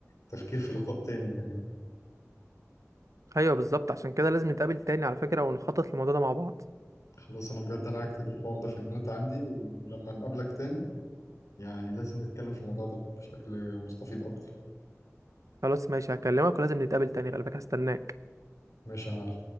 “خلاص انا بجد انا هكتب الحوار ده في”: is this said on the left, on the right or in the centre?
Left